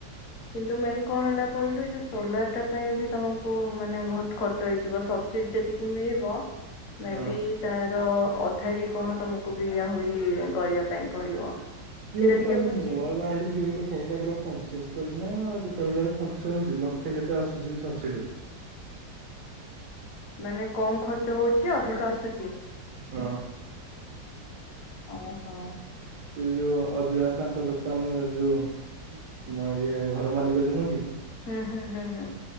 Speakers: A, on the left (about 70°); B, on the right (about 80°).
A: କିନ୍ତୁ ମେନ୍ କଣ ହେଲା କହିଲୁ ଯେ ସୋଲାର ଟା ପାଇଁ ବି ତମକୁ ମାନେ ବହୁତ ଖର୍ଚ୍ଚ ହେଇଯିବ ସବସିଡି ଯେତିକି ମିଳିବ ମେବି
B: ହଁ
A: ତାର ଅଧା କି କଣ ତମକୁ ବି ଆହୁରି କରିବା ପାଇଁ ପଡିବ
B: କିଏଗୋଟେ
A: ସେଇଟା ଟିକେ
B: କାଲି
A: ବୁଝି
B: ନୂଆ ଗାଡି ଗୋଟେ କହୁଥିଲା କହିଲ ପଞ୍ଚସ୍ତରୀ ନା କେତେ ହଜାର ଖର୍ଚ୍ଚ ହଉଛି ଲକ୍ଷେ କେତେ ଆସୁଛି ସବସିଡି
A: ମାନେ କମ ଖର୍ଚ୍ଚ ହଉଛି ଅଧିକ ଆସୁଛି
B: ହଁ
A: ଓହୋ
B: ସେ ଯୋଉ ଅଜୁଆ ତାଙ୍କ ଦୋକାନ ଯୋଉ ଇଏ ଘର ମାଲିକ ଜଉ ନୁହେଁକି
A: ହୁଁ ହମ୍ଁ ହୁଁ ହଁ